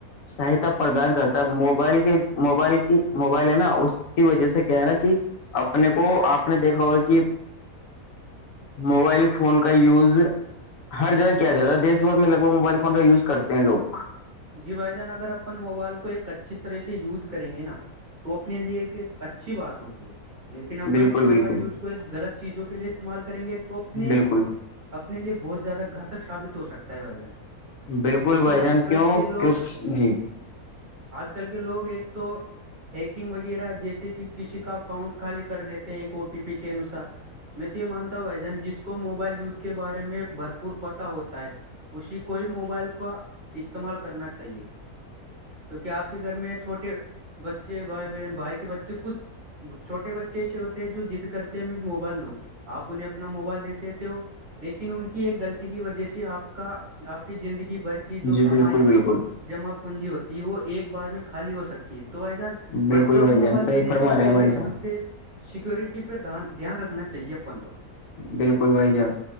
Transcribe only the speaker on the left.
سہایتا پردان کرتا ہے موبائل کے موبائل کی موبائل ہے نا اس کی وجہ سے کہ رہا کہ اپنے کو آپ نے دیکھا ہوگا کہ موبائل فون کا یوز ہر جگہ کیا جاتا ہے دیش بھر میں لگ بگ موبائل فون کا یوز کرتے ہیں لگ
بالکل
بالکل
بالکل
بالکل
بھائی جان کیوں
کیوں جی
جی
بالکل بالکل
بالکل
بھائی
جان صحیح
فرما
رہے
ہیں بھائی
جان
بالکل بھائی جان